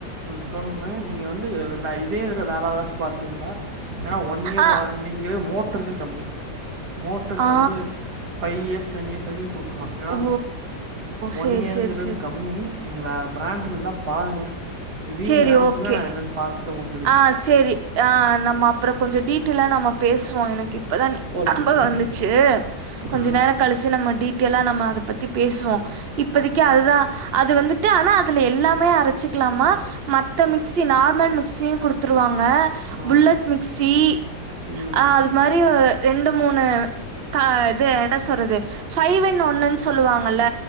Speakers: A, on the right; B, on the right.
A: ம் சொல்றே நீங்க வந்து பே இதே இதுல வேறு ஆராச்சு பாத்தீங்ளா ன்னா ஒன் இயர்
B: ஆ,
A: வாரண்டிங்கிற மோட்ருக்கு கம்மி மோட்ருக்கு
B: ஆ,
A: வந்து ஃபைவ் இயர்ஸ் டென் இயர்ஸ் வரைக்கு குடுக்கலா ஏனா
B: ஓ!
A: ஒன்
B: சரி,
A: இயருங்றது
B: சரி, சரி.
A: கம்மி நீ வே பிராண்ட் இருந்தா பாருங்க இதையு
B: சரி,
A: நீங்க அனுப்புங்க
B: ஓகே.
A: நா என்னென் பாத்துட்டு உங்களுக்
B: ஆ சேரி ஆ நம்ம அப்றோ கொஞ்ச டீட்டில்லா நம்ம பேசுவோ எனக்கு இப்பதா
A: ஓகே
B: அம்பது
A: ஓகே
B: வந்துச்சு கொஞ்ச
A: ஆ
B: நேர கழிச்சு நம்ம டீட்டலா நம்ம அத பத்தி பேசுவோ இப்பதிக்கு
A: ஓகே மேம்
B: அதுதா அது வந்து ஆனா அதுல எல்லாமே அரச்சிக்கலாமா மத்த மிக்ஸி நார்மல் மிக்ஸியு குடுத் துருவாங்க
A: ஆ
B: புல்லட் மிக்ஸி
A: ம்
B: ஆ அது மாரி ரி ரெண்டு மூணு கா இது என்ன சொல்றது ஃபைவ்ன் ஒன்னுன் சொல்லுவாங்கல்ல